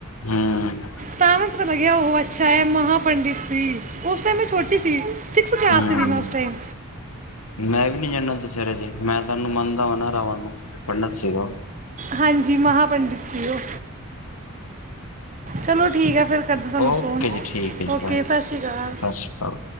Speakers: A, on the left (about 85°); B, on the right (about 35°).
A: ਹੁੰ
B: ਸਾਵਨ ਤ ਲਗਿਆ ਉਹ ਅੱਛਾ ਹੈ ਮਹਾ ਪੰਡਿਤ ਸੀ ਉਸ ਟਾਈਮ ਮੈਂ ਛੋਟੀ ਸੀ ਸਿਕਸ ਕਲਾਸ
A: ਹੂੰ
B: ਸੀ ਸੀ ਮੈਂ ਉਸ ਟਾਈਮ
A: ਮੈਂ ਵੀ ਨੀ ਜਾਂਦਾ ਦੁਸੈਰੇ ਤੇ ਮੈਂ ਤੇ ਐਨੂੰ ਮੰਨਦਾ ਵ ਨਾ ਰਾਵਣ ਨੂੰ ਪੰਡਿਤ ਸੀਗਾ
B: ਹਾਂਜੀ ਮਹਾਂ ਪੰਡਿਤ ਸੀ ਉਹ ਚਲੋ ਠੀਕ ਹੈ ਫਿਰ ਕਰਦੀ ਤੁਹਾਨੂੰ
A: ਓਕੇ
B: ਫ਼ੋਨ
A: ਜੀ ਠੀਕ ਹੈ ਜੀ
B: ਓਕੇ
A: ਬਾਏ
B: ਸਤਿ ਸ਼੍ਰੀ ਅਕਾਲ
A: ਸਤਿ ਸ਼੍ਰੀ ਅਕਾਲ